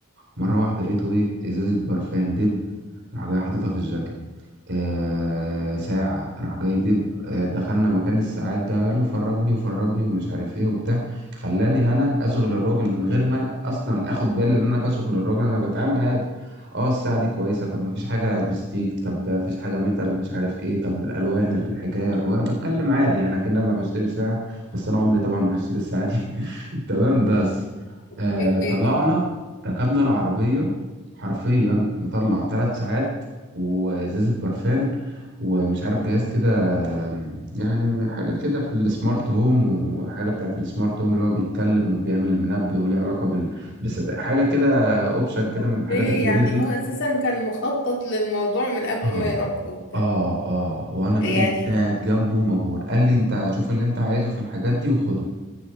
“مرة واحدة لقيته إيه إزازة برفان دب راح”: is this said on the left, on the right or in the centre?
Right